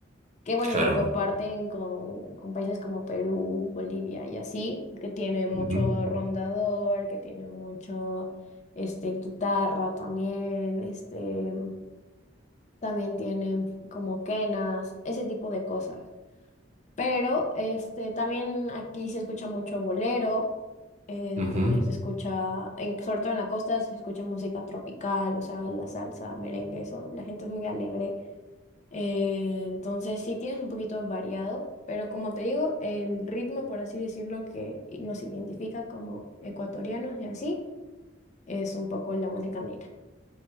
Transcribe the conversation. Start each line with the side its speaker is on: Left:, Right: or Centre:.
Left: que bueno,
Right: Claro.
Left: lo comparten con, con países como Perú, Bolivia y así, que tiene mucho
Right: Ujú,
Left: rondador, que tiene mucho este guitarra también, este, también tienen como quenas, ese tipo de cosas. Pero este, también aquí se escucha mucho bolero, eh,
Right: ujú.
Left: también se escucha, en- sobre todo en la costa, se escucha música tropical, o sea, la salsa, merengue, eso, la gente es muy alegre. eh, entonces sí tienes un poquito variado, pero como te digo, el ritmo, por así decirlo, que i- nos identifica como ecuatorianos y así, es un poco la música negra.